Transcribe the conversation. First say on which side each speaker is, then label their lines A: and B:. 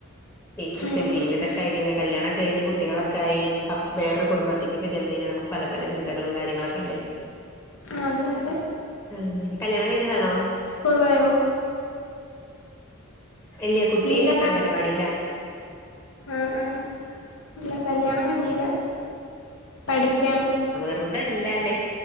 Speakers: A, on the left; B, on the left.
A: പക്ഷെ
B: ഉം
A: ജീവിതൊക്കെ
B: ഉം
A: ആയി കഴിഞ്ഞാ കല്ല്യാ ണൊക്കെ കഴിഞ്ഞ് കുട്ടികളൊക്കായി അപ്പ് വേറൊരു കുടുംബത്തിക്കൊക്കെ ചെന്ന് കഴി നമുക്ക് പല പല ചിന്തകളും കാര്യങ്ങളൊക്കെ അല്ലേ?
B: ആ അതെയതെ.
A: ആഹ് അങ്ങനെ കല്യാണം കഴിഞ്ഞതാണോ
B: കൊള്ളയൊ
A: ഇല്ല കുട്ടി
B: ഇല്ല
A: അംഗൻവാടിയിലാ
B: ആഹ് ആഹ് അല്ല കല്യാണം കഴഞ്ഞില്ല പഠിക്കാണ്
A: വെറുതേല്ലാ ല്ലെ